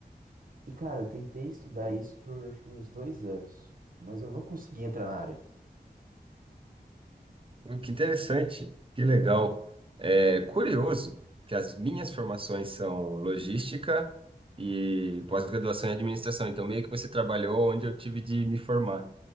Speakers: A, on the right; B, on the right.
A: E cara, eu tentei estudar
B: Oh,
A: isso por acho que uns dois anos, mas eu não consegui entrar na área.
B: Que interessante, que legal. É curioso que as minhas formações são logística e pós-graduação em administração. Então, meio que você trabalhou onde eu tive de me formar.